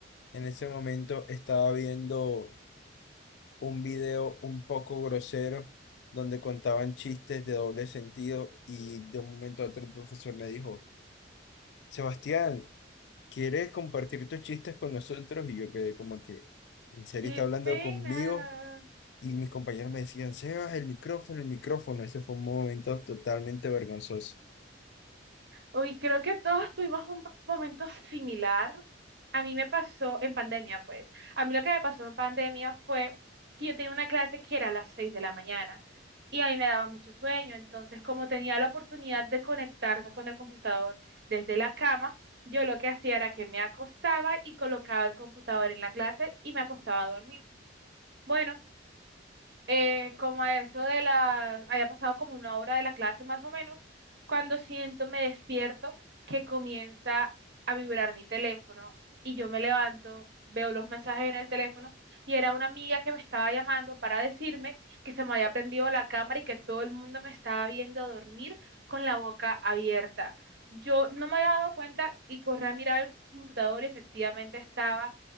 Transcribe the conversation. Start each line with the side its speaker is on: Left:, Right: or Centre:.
Left: En ese momento estaba viendo un video un poco grosero donde contaban chistes de doble sentido y de un momento a otro el profesor me dijo, Sebastián, ¿Quieres compartir tus chistes con nosotros? Y yo quedé como que, en serio,
Right: ¡Qué
Left: está hablando
Right: pena!
Left: conmigo. Y mis compañeros me decían, Sebas, el micrófono, el micrófono. Ese fue un momento totalmente vergonzoso.
Right: Uy, creo que todos tuvimos un pa- momento similar. A mí me pasó en pandemia, pues. A mí lo que me pasó en pandemia fue que yo tenía una clase que era a las 6 de la mañana y a mí me daba mucho sueño. Entonces, como tenía la oportunidad de conectarme con el computador desde la cama, yo lo que hacía era que me acostaba y colocaba el computador en la clase y me acostaba a dormir. Bueno, eh, como a eso de la, haya pasado como una hora de la clase más o menos, cuando siento, me despierto, que comienza a vibrar mi teléfono y yo me levanto, veo los mensajes en el teléfono y era una amiga que me estaba llamando para decirme que se me había prendido la cámara y que todo el mundo me estaba viendo dormir con la boca abierta. Yo no me había dado cuenta y corrí a mirar el computador y efectivamente estaba